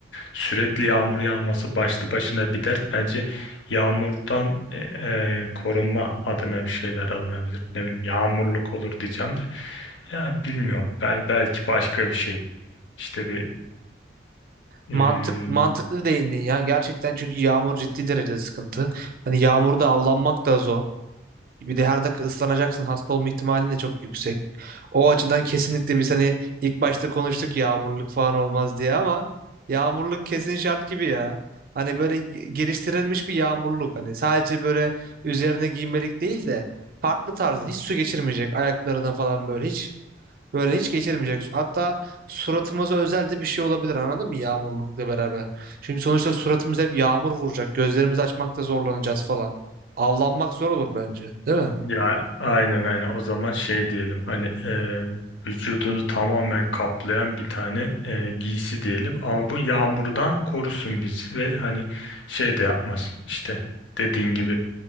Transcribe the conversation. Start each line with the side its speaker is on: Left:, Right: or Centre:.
Left: sürekli yağmur yağması başlı başına bir dert. Bence yağmurdan e, e, korunma adına bir şeyler alınabilir. Ne bileyim yağmurluk olur diyeceğim de. Ya bilmiyorum. Bel belki başka bir şey. İşte bir e,
Right: Mantık mantıklı değindin ya. Gerçekten çünkü yağmur ciddi derecede sıkıntı. Hani yağmurda avlanmak da zor. Bir de her dakika ıslanacaksın. Hasta olma ihtimalin de çok yüksek. O açıdan kesinlikle biz hani ilk başta konuştuk yağmurluk falan olmaz diye ama yağmurluk kesin şart gibi ya. Hani böyle ge- geliştirilmiş bir yağmurluk. Hani sadece böyle üzerine giymelik değil de farklı tarzda hiç su geçirmeyecek ayaklarına falan böyle hiç böyle hiç geçirmeyecek. Hatta suratımıza özel de bir şey olabilir anladın mı yağmurlukla beraber. Çünkü sonuçta suratımıza hep yağmur vuracak. Gözlerimizi açmakta zorlanacağız falan. Avlanmak zor olur bence, değil mi?
Left: Ya aynen aynen o zaman şey diyelim hani e, vücudunu tamamen kaplayan bir tane e, giysi diyelim ama bu yağmurdan korusun bizi ve hani şey de yapmaz işte dediğin gibi